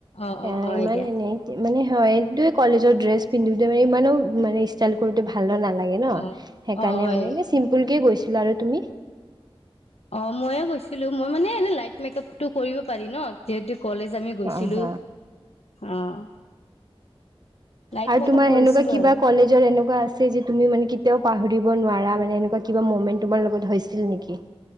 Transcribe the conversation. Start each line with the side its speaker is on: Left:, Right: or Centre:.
Left: অ অ
Right: এ
Left: হয়
Right: ইমান
Left: দিয়া
Right: এনেই মানে হয়, এইটোৱে কলেজৰ ড্ৰেছ পিন্ধোতে মানে ইমানো মানে ইষ্টাইল কৰোতে ভাল ভালো নালাগে ন?
Left: অ
Right: সেইকাৰণে
Left: অ হয়
Right: মানে এনে চিম্পুলকৈ গৈছিলোঁ আৰু তুমি?
Left: অ', ময়ো গৈছিলো মই মানে এনে লাইট মেকআপটো কৰিব পাৰি ন যিহেতু কলেজ আমি গৈছিলো।
Right: অ হ
Left: অ'। লাইট
Right: আৰু
Left: মেকআপ
Right: তোমাৰ
Left: কৰিছিলো
Right: সেনেকুৱা কিবা
Left: আৰু
Right: কলেজৰ এনেকুৱা আছে যে, তুমি মানে কেতিয়াও পাহৰি ব নোৱাৰা মানে এনেকুৱা কিবা মমেন্ট তোমাৰ লগত হৈছিল নেকি?